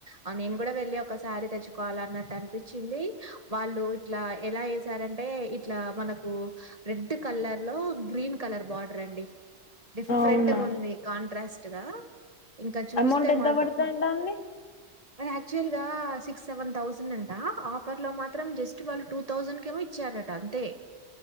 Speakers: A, on the right; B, on the left.
A: ఆ నేను కూడా వెళ్లి ఒకసారి తెచ్చుకోవాల అన్నట్టు అనిపించింది వాళ్ళు ఇట్లా ఎలా వసారంటే ఇట్లా మనకు రెడ్ కలర్ లో గ్రీన్ కలర్ బార్డర్ అండి డిఫరెంట్గా
B: అవునా
A: ఉంది కాంట్రాస్ట్ గా ఇంకా చూస్తే
B: అమౌంట్ ఎంత
A: మాత్రం
B: పడుతుందంట అండి
A: అది యాక్చువల్గా సిక్స్ సెవెన్ థౌజండ్ అంట ఆఫర్లో మాత్రం జస్ట్ వాళ్ళు టూ థౌజండ్కి ఏమో ఇచ్చారట అంతే